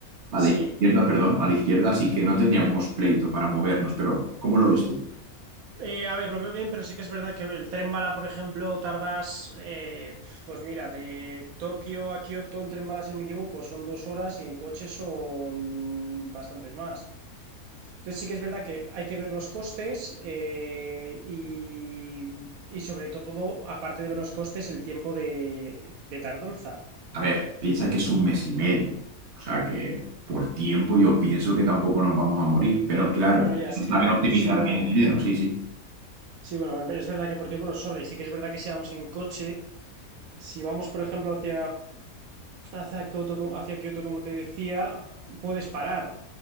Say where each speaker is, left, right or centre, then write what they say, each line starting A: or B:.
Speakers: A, on the right; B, on the right.
A: a
B: sí.
A: la izquierda, perdón, a la izquierda, así que no tendríamos pleito para movernos, pero ¿cómo lo ves tú?
B: Eh, a ver, lo veo bien, pero sí que es verdad que el tren bala, por ejemplo, tardas, eh, pues mira, de Tokio a Kioto en tren bala, si no me equivoco, son dos horas y en coche son bastantes más. Entonces sí que es verdad que hay que ver los costes eh, y, y sobre todo, aparte de ver los costes, el tiempo de, de tardanza.
A: A ver, piensa que es un mes y medio. O sea que por tiempo yo pienso que tampoco nos vamos a morir. Pero claro,
B: Bueno, ya, sí que
A: saber optimizar
B: sí, bueno,
A: el dinero, sí, sí.
B: sí, bueno, es verdad que por tiempo nos sobra y sí que es verdad que si vamos en coche, si vamos, por ejemplo, hacia hacia Kyoto, hacia Kioto, como te decía, puedes parar